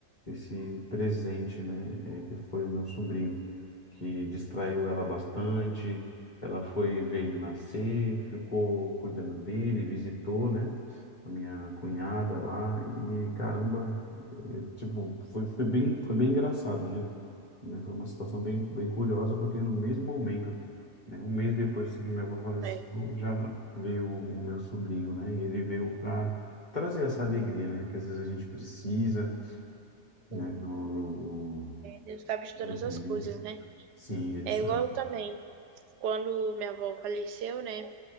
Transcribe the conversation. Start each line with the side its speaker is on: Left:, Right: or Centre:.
Left: esse presente, né? eh, que foi o meu sobrinho. que distraiu ela bastante. Ela foi ver ele nascer, ficou cuidando dele, visitou, né? A minha cunhada lá e caramba, eh, tipo, foi, foi bem, foi bem engraçado, né? Né, Foi uma situação bem, bem curiosa porque no mesmo momento, né, um mês depois assim que minha avó faleceu,
Right: né
Left: já veio o meu sobrinho, né? E ele veio para trazer essa alegria, né? Que às vezes a gente precisa, né?
Right: Sim.
Left: No, no,
Right: Deus sabe de
Left: no-
Right: todas
Left: no-
Right: as coisas, né?
Left: Sim, ele
Right: É
Left: sabe.
Right: igual eu também. Quando minha avó faleceu, né?